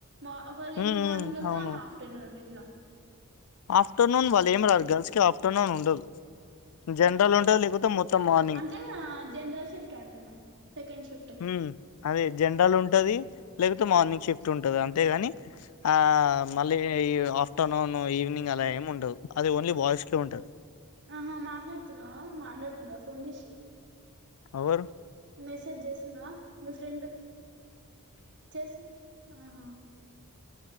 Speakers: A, on the right; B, on the left.
A: మా ఒకవేళ
B: ఉమ్
A: ఏమే
B: ఉమ్
A: మార్నింగ్ వెళ్తే,
B: అవును
A: ఆమె ఆఫ్టర్నూన్ ఇట్లా.
B: ఆఫ్టర్నూన్ వాళ్లు ఏం రారు. గర్ల్స్‌కి ఆఫ్టర్నూన్ ఉండదు. జనరల్
A: ఆహా..
B: ఉంటది లేకపోతే మొత్తం మార్నింగ్
A: అంటే జనరల్ షిఫ్ట్ అంటున్నా. Second shift.
B: ఉమ్, అదే జనరల్ ఉంటది. లేకపోతే మార్నింగ్ షిఫ్ట్ ఉంటంది అంతే గాని, ఆ మళ్లీ ఈ ఆఫ్టర్నూన్ ఈవెనింగ్ ఈవెనింగ్ అలా ఏం ఉండదు. అది ఓన్లీ బాయ్సకే ఉంటది.
A: ఆహా మాట్లాడుతున్నావా? మాట్లాడుతుందా ఫోన్ జేసీ?
B: ఓవారు?
A: మెసేజ్ జేసిందా? మీ ఫ్రెండ్ చేస్తోందా? ఆహా.